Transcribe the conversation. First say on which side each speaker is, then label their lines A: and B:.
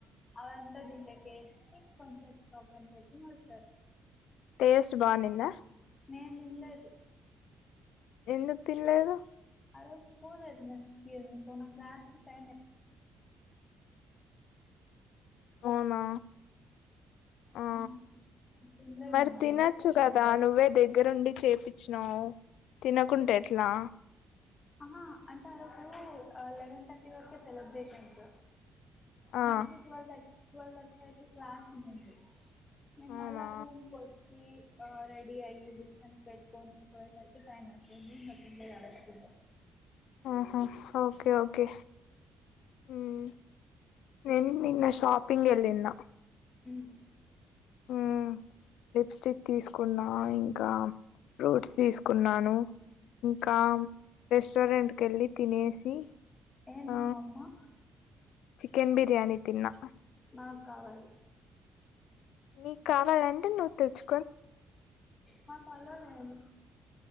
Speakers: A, on the left; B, on the left.
A: అవంతా దీనిలోక వేసి కొంచెం షాపన్ పెట్టి మళ్ళీ సర్వే చేసారు
B: టేస్ట్ బావునింద
A: నేను తినాల్లేదు
B: ఎందుకు తిన్నలేదు
A: ఆ రోజు పోలేదు మిస్కీ ఎందుకనో క్లాస్ కి టైమ్ అయి
B: అవునా ఆ
A: అవును తినలేదు
B: మరి
A: నేను ఆ
B: తినచ్చు
A: రోజు
B: కదా నువ్వే దగ్గ దగ్గరుండి చేపచ్చినావు తినకుంటే ఎట్లా
A: ఆహా అంటే ఆ రోజు ఆ లెవెన్ థర్టీ వరకే సెలబ్రేషన్స్
B: ఆ
A: నాకు ట్వెల్వ్ థర్ట్ ట్వెల్వ్ థర్టీ ఫైవ్ కి క్లాస్ ఉందింది నేను
B: అవునా
A: మళ్ళా రూమ్ కి వచ్చి ఆ రెడీ అయ్యే బుక్స్ అని పెట్టుకొని పోయేసరికి టైమ్ అయిపోయింది ఇంకా తినలేదు ఆ రోజు ఫుడ్
B: ఆహా ఓకే
A: ఆ
B: ఓకే మ్మ్ నేను నిన్న షాపింగ్ ఏల్లిన
A: హ్మ్
B: హ్మ్ లిప్స్టిక్ తీసుకున్నా ఇంకా ఫ్రూట్స్ తీసుకున్నాను ఇంకా రెస్టారెంట్ కేళ్ళి తినేసి
A: ఎంది
B: ఆ
A: అమ్మమా
B: చికెన్ బిర్యానీ తిన్నా
A: నాకు కావాలి
B: నీకు కావాలంటే నువ్వు తెచ్చు
A: మాకు అల్లో లేదు